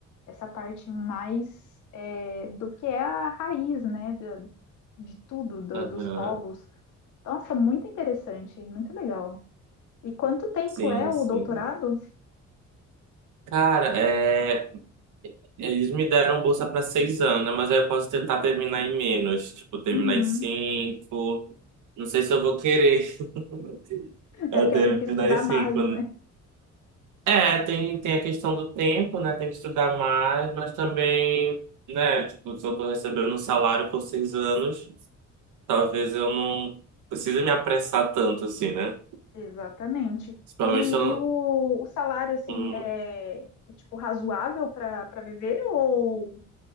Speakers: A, on the left; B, on the right.
A: essa parte mais é, do que é a raiz, né? De, de tudo, do,
B: Aham.
A: dos povos. Nossa, muito interessante, muito legal. E quanto tempo
B: Sim,
A: é o
B: sim.
A: doutorado?
B: Cara, é, eles me deram bolsa para seis anos, né? mas aí eu posso tentar terminar em menos, tipo, terminar
A: Uhum.
B: em cinco. Não sei se eu vou querer <laughs> eu
A: É porque
B: terminar
A: aí tem que estudar
B: em cinco.
A: mais, né?
B: É, tem, tem a questão do tempo, né? Tem que estudar mais, mas também, né? Tipo, se eu tô recebendo um salário por seis anos, talvez eu não precise me apressar tanto, assim, né?
A: Exatamente.
B: Principalmente
A: E,
B: se eu não...
A: e o, o salário, assim,
B: Uhum.
A: é, é, tipo razoável para para viver ou